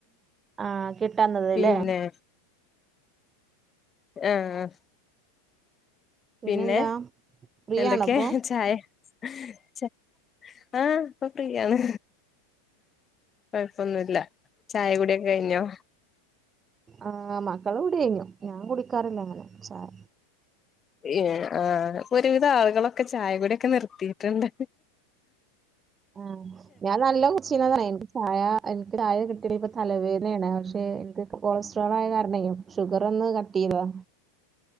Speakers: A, on the right; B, on the left.
A: ആഹ് കിട്ടന്ള്ളത്
B: പിന്നെ
A: ലെ
B: ആഹ്
A: പിന്നെന്താ
B: പിന്നെ
A: ഫ്രീ
B: എന്തൊക്കെ
A: ആണോ ഇപ്പൊ
B: ചായ ച്ച ആഹ് പ്പ ഫ്രീയാണ് കൊഴപ്പൊന്നുല്ല ചായ കൂടിയൊക്കെ കഴിഞ്ഞോ
A: ആഹ് മക്കളെ കുടി കഴിഞ്ഞു ഞാൻ കുടിക്കാറില്ല അങ്ങനെ ചായ
B: ഏഹ് ആഹ് പ്പൊ ഒരുവിധ ആളുകളൊക്കെ ചായകുടിഒക്കെ നിർത്തിട്ട്ണ്ട്
A: ആഹ് ഞാൻ നല്ല കൊച്ചീനന്ന് പറയണ്ട് ആഹ് എനിക്ക് ചായ കിട്ടിയില്ലേ ഇപ്പ തലവേനെണ് പക്ഷെ എനിക്ക് കൊളസ്ട്രോൾ ആയ കാരണയ് ഷുഗർ ഒന്ന് കട്ട് ചെയ്താ